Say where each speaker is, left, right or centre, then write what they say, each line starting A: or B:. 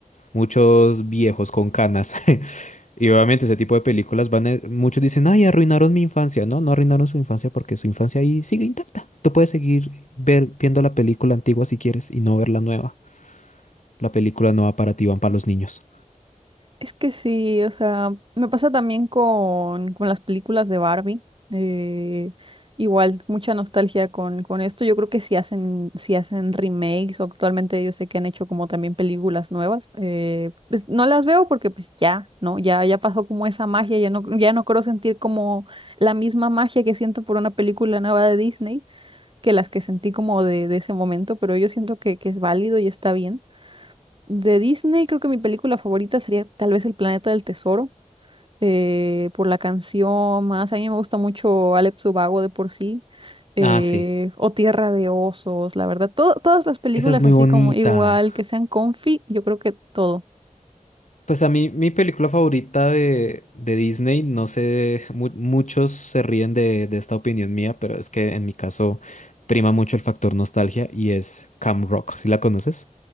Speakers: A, on the left; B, on the right.
A: muchos viejos con canas. <laughs> Y obviamente ese tipo de películas van, a- muchos dicen, ay, arruinaron mi infancia. No, no arruinaron su infancia porque su infancia ahí sigue intacta. Tú puedes seguir ver, viendo la película antigua si quieres y no ver la nueva. La película nueva para ti van para los niños.
B: Es que sí, o sea, me pasa también con, con las películas de Barbie. eh, igual, mucha nostalgia con, con esto. Yo creo que si hacen, si hacen remakes, o actualmente yo sé que han hecho como también películas nuevas. eh, pues no las veo porque pues ya, ¿no? Ya, ya pasó como esa magia, ya no, ya no creo sentir como la misma magia que siento por una película nueva de Disney que las que sentí como de, de ese momento, pero yo siento que, que es válido y está bien. De Disney, creo que mi película favorita sería tal vez El Planeta del Tesoro, eh, por la canción más. A mí me gusta mucho Alex Subago de por sí, eh,
A: Ah, sí.
B: o Tierra de Osos, la verdad. to- todas las películas
A: Esa es muy
B: así
A: bonita.
B: como igual, que sean comfy, yo creo que todo.
A: Pues a mí, mi película favorita de, de Disney, no sé, mu- muchos se ríen de, de esta opinión mía, pero es que en mi caso prima mucho el factor nostalgia y es Cam Rock. ¿Sí la conoces?